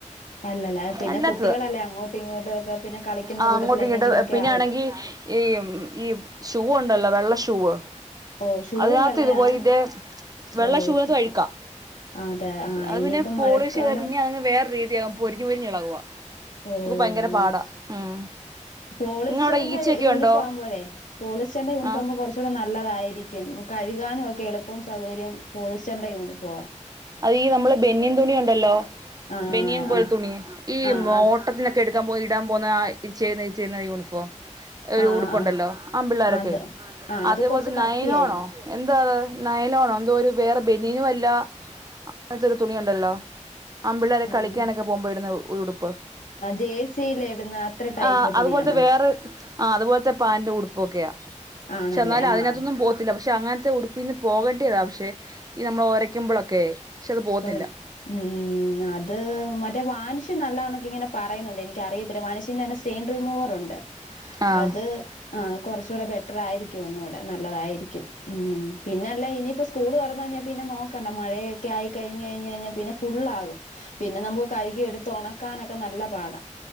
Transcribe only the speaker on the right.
അല്ലാത്തത്
ആ
അങ്ങോട്ടും
ഇങ്ങോട്ടും പിന്നെ ആണെങ്കി ഈ മ് ഈ മ് ഷൂവ് ണ്ടല്ലോ വെള്ള ഷൂവ്
അതിനകത്ത്
ഇതുപോലെ ഇതേ വെള്ള
ശൂവിനത്ത്
അഴുക്കാ.
അഹ്
പിന്നെ പോളിഷ്
യ്താ പിന്നെ അങ്ങ് വേറെ രീ തിയാ പൊരിഞ്ഞ് പൊരിഞ്ഞ് ഇളകുവാ
ഭയങ്കര പാടാ. ഉം
നിങ്ങവിടെ ഈച്ചയൊക്കെ
ഉണ്ടോ
ആഹ്
അത് ഈ നമ്മൾ ബനിയൻ തുണി ഉണ്ടല്ലോ
ബനിയൻ പോലെ
തുണി ഈ
മോട്ടത്തിന പ്പ എടുക്കാൻ പോ ഇടാൻ പോന്ന ആഇച്ചെയ്ന്ന ഇച്ചെയ്ന്ന യൂണിഫോം ഒരു
ഉടുപ്പുണ്ടല്ലോ
ആൺ പിള്ളോരൊക്കെ
അതേപോലെ
തന്നെ
നയനോണോ. എന്താ അത് നയലോണോ എന്തോ ഒരു വേറെ ബനീയനും അല്ല അങ്ങൻത്തൊരു തുണി ഉണ്ടല്ലോ ആൺപിളേളർ
കളിക്കാനൊക്കെ പോകുമ്പോയിടുന്ന ഉടുപ്പ്
ആഹ്
അത്പോലത്തെ വേറെ ആഹ് അത്പോലത്തെ പാന്റ് ഉടുപ്പൊക്കെയാ.
ക്ഷെ ന്നാലും അതിനകത്ത്ന്നും
പോ ത്തില്ല പക്ഷെ അങ്ങൻത്തെ ഉടുപ്പിന്ന് പോകേണ്ടേതാ പക്ഷെ ഈ നമ്മളെ ഒരയ്ക്കുമ്പോളൊക്കെ പക്ഷെ അത് പോക്ന്നില്ല.
ആഹ്